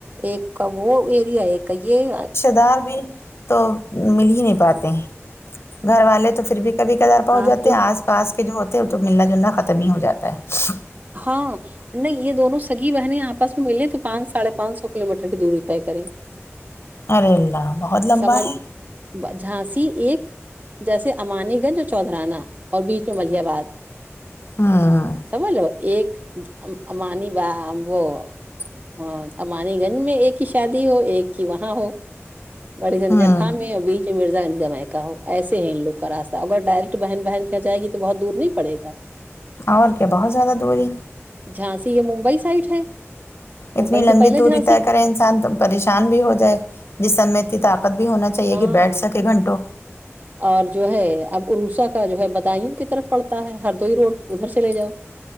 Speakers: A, on the right; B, on the left.
A: ایک کا وہ ایریا ایک یہ ا
B: دھار بھی تو مل ہی نہیں پاتے ہیں گھر والے تو پھر بھی کبھی کبھار پہنچ
A: آپ
B: جاتے
A: جو
B: ہیں آس پاس کے جو ہوتے ہیں وہ تو ملنا جلنا ختم ہی ہو جاتا ہے
A: ہاں نہیں یہ دونوں سگی بہنیں آپس میں ملیں ہیں تو پانچ ساڑھے پانچ سو کلو میٹر کی دوری طے کریں
B: ارے اللہ بہت لمبا
A: سنبل
B: ہے
A: ب جھانسی ایک جیسے امانی گنج اور چوددھرانہ اور بیچ میں ملیح آباد
B: ہوں
A: سمجھ لو ایک امانی ب وہ ہاں امانی گنج میں ایک کی شادی ہو ایک کی وہاں ہو بڑی زنجر
B: ہوں
A: خان میں ہے ابھی جی مراز گنج کا میکہ ہو ایسے ہیں ان لوگ کا راستہ اگر ڈائریکٹ بہن بہن کے یہاں جائے گی تو بہت دور نہیں پڑے
B: اور کیا بہت زیادہ دوری
A: جھانسی یہ ممبئی سائڈ ہے ممبئی
B: اتنی لمبی
A: سے پہلے
B: دوری
A: جھانسی
B: طے کرے انسان تو پریشان بھی ہو جائے جسم میں اتنی طاقت بھی ہونا چاہیے
A: ہاں
B: کہ بیٹھ سکے گھنٹوں
A: اور جو ہے اب عروسہ کا جو ہے بدایوں کی طرف پڑتا ہے ہردوئی روڈ ادھر چلے جاؤ